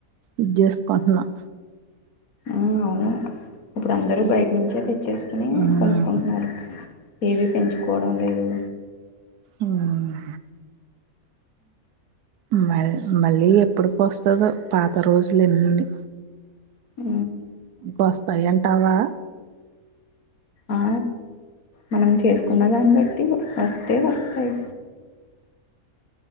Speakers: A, on the right (about 80°); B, on the left (about 65°).
A: ఇది చేసుకుంటున్నాం
B: ఆ అవును ఇప్పుడు అందరూ బయట నుంచే తెచ్చ చేసుకుని
A: ఉమ్,
B: కొనుక్కుంటున్నారు ఏవి పెంచుకోవడం లేదు
A: ఉమ్. మ మళ్ళీ ఎప్పడికి వస్త దో పాత రోజులున్ని
B: ఉ
A: వస్తాయి ఎంటావా
B: ఆ మనం చేసుకున్న దాన్ని బట్టి వస్తే వస్తాయి